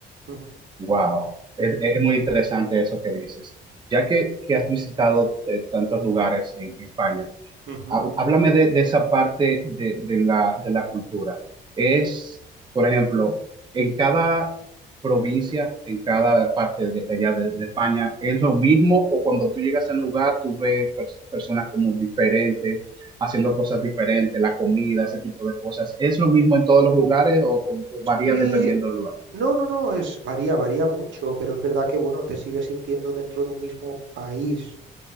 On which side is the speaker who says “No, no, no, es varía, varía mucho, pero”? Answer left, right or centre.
Right